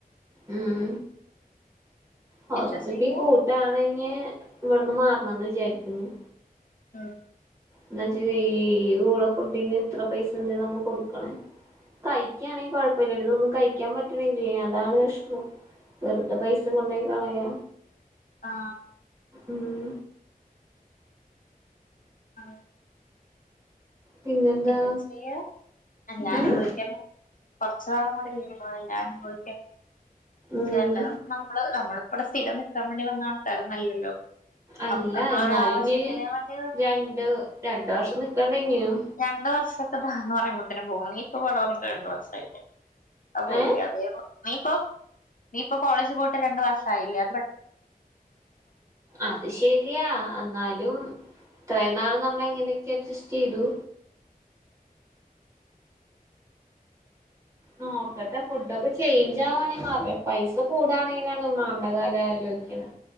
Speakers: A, on the right; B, on the left.
A: ഉം ഹോസ്
B: എന്താ ചെയ്യാ
A: ഫീ കൂട്ടാണങ്ങെ ഇവിട്ന്ന് മാറണന്ന് വിചാരിക്ക്‌ണ്
B: ആഹ്
A: എന്താ ച്ചാ ഈ ഊള ഫുഡിന് ഇത്ര പൈസ എന്തെ നമ്മ കൊടുക്കണം കഴിക്കാണെങ്കി കൊഴ പിന്നെതൊന്നും കയ്ക്കാൻ പറ്റ്ണില്ലേ അതാണ് വെഷ്മം വെർതെ പൈസ കൊണ്ടോയി കളയാ
B: ആഹ്
A: ഉം
B: ആ
A: പിന്നെന്താ
B: എന്താ ചെയ്യ എല്ലാം
A: ഉം
B: അനുഭവിക്കന്നേ കൊർച്ച് നാളും കൂടി <unintelligible>
A: ഉം
B: ച്ചേ അല്ല അപ്പ നമ്മള് നമ്മള് ഇവിടെ സ്ഥിരം ക്കാൻ വേണ്ടി വന്ന ആൾക്കാരൊന്നും അല്ലല്ലോ
A: അല്ല
B: അപ്പ നമ്മളൊരാവശ്യത്തിന്
A: എന്നാലും ഇനി
B: വേണ്ടി വന്ന്
A: രണ്ട് രണ്ട് വർഷം നിക്കണ്ടേ ഇനിയും
B: രണ്ട് വർഷം ഇപ്പ ദാ ന്ന് പറയുമ്പോതിനും പോവും. നീ ഇപ്പം ഇവടെ വന്നിട്ട് രണ്ട് മാസായിലെ. ആ പകുതി
A: ഏ
B: അതേ പൊ നീയിപ്പോ നീ ഇപ്പോ കോളേജ് പോയിട്ട് രണ്ട് വർഷായില്ലേ അത് പെ
A: അത് ശരിയാ അന്നാലും ഇത്രയും നാൾ നമ്മ ളെങ്ങനെയൊക്കെ അഡ്ജസ്റ്റ് ചെയ്തു. നോക്കട്ടെ ഫുഡൊക്കെ ചേഞ്ച് ആവാണെ മാർലെ പൈസ കൂടാണേനൊന്നും മാ ണ്ട കാലാ ആലോയിക്യ്ണെ